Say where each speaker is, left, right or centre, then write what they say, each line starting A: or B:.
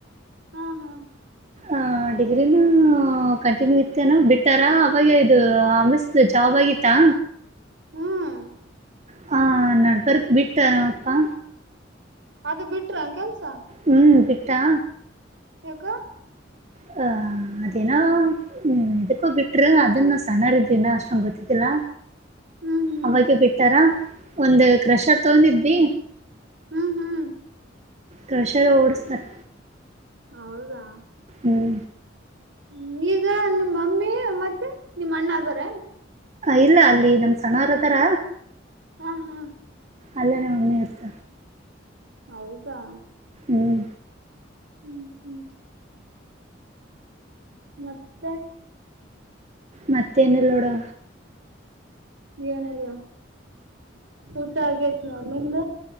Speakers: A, on the right; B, on the right.
A: ಹಾ ಹಾ
B: ಆ ಡಿಗ್ರಿನ ಕಂಟಿನ್ಯೂ ಇತ್ತೇನೋ ಬಿಟ್ಟಾರ ಅವಾಗ ಇದು ಅಮಸ್ತ್ ಜಾಬ್ ಅವಾಗಿತಾ
A: ಹ್ಮ್
B: ಹ ನಪೇರು ಬಿಟ್ಟಾರಪ್ಪಾ
A: ಅದು ಬಿಟ್ರ ಕೆಲ್ಸ
B: ಹ್ಮ ಬಿಟಾ
A: ಯಕ
B: ಹ ಅದೇನ ಹ್ಮ್ ಎಕ್ಕೋ ಬಿಟ್ರು ಅದನ್ನ ಸಣ್ಣರಿದು ಇನ್ನ ಅಷ್ಟೊಂಗ ಗೊತ್ತಿದ್ದಿಲ್ಲ
A: ಹ್ಮ್ ಹ್ಮ್
B: ಅವಾಗ ಬಿಡ್ತಾರ ಒಂದು ಕ್ರಷರ್ ತಗೊಂಡಿದ್ವಿ
A: ಹ್ಮ್ ಹ್ಮ್
B: ಕೃಷರ ಓಡ್ಸ್ಾರೆ
A: ಹೌದಾ
B: ಹ್ಮ್
A: ಹ್ಮ ಈಗ ನಿಮ್ಮ ಮಮ್ಮಿ ಮತ್ತೆ ನಿಮ್ಮ ಅಣ್ಣ ಅದಾರ
B: ಇಲ್ಲ ಅಲ್ಲಿ ನಮ್ ಸಣ್ಣವರ ಅದಾರ
A: ಹಾ ಹಾ
B: ಅಲ್ಲ ನ ಮಿರ್ತ
A: ಹೌದಾ
B: ಹ್ಮ್
A: ಹ್ಮ್ ಹ್ಮ್ ಮತ್ತೆ
B: ಮತ್ತೇನು ನೋಡೋ
A: ಏನಲ್ಲ ಊಸ ಆಗೇತ್ ನ ನಿಮ್ದ